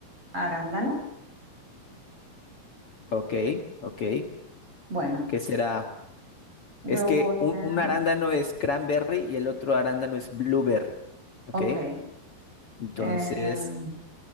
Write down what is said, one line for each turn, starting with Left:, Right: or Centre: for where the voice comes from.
Right: Arándano.
Left: Ok, ok.
Right: Bueno,
Left: ¿Qué será?
Right: yo
Left: Es que
Right: voy
Left: un,
Right: a...
Left: un arándano es cranberry y el otro arándano es blueberry. Ok,
Right: Ok.
Left: entonces,
Right: em,